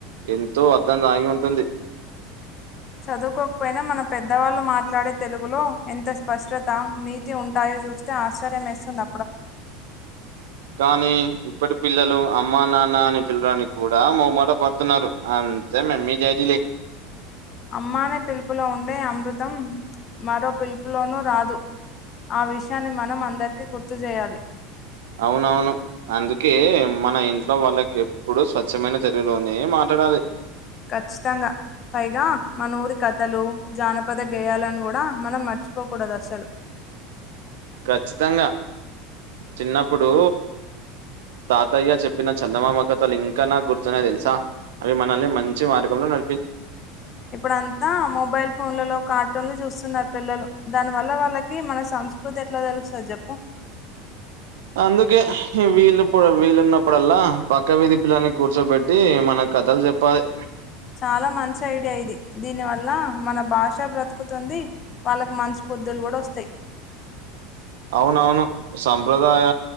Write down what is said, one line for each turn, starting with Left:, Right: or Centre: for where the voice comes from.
Right: ఎంతో అర్థం దాగి ఉ ఉంటుంది
Left: చదువుకోకపోయినా మన పెద్దవాళ్ళు మాట్లాడే తెలుగులో ఎంత స్పష్టత నీతి ఉంటాయో జూస్ తే ఆశ్చర్యం యేస్తుంది
Right: కానీ ఇప్పటి పిల్లలు అమ్మ నాన్న అని పిల్వడానికి గూడా మొహమాట పడుతున్నారు అంతా మమ్మీ డాడీలే
Left: <inaudible> అమ్మా అనే పిలుపులో ఉండే అమృతం మరో పిలుపులోనూ రాదు ఆ విషయాన్ని మనం అందరికీ గుర్తు జేయాలి
Right: అవునవును అందుకే మన ఇంట్లో వాళ్ళకి ఎప్పుడు స్వచ్ఛమైన తెలుగులోనే మా ట్లాడాలి
Left: ఖచ్చితంగా పైగా మన ఊరి కథలు జానపద గేయాలని గూడా మనం మ ర్చిపోకూడదు అసలు
Right: ఖచ్చితంగా చిన్నప్పుడు తాతయ్య చెప్పిన చందమామ కథలు ఇంకా నా గుర్తున్నాయ్ దెలుసా అవి మనల్ని మంచి మార్గంలో న
Left: ఇప్పుడు అంతా మొబైల్ ఫోన్లలో కార్టూన్లు జూస్ స్తున్నారు పిల్లలు దాని వల్ల వాళ్ళకి మన సంస్కృతి ఎట్లా దెలుస్తది జెప్పు
Right: అందుకే వీలు వీలున్నప్పుడల్లా పక్క వీధి పిల్లని కూర్చోబెట్టి మనకు కథలు జెప్పాలి
Left: చాలా మంచి ఐడియా ఇది దీని వల్ల మన భాష బ్రతుకుతుంది వాళ్ళకి మంచి బుద్ధులు గూడా వస్తయ్
Right: అవునవును సంప్రదాయ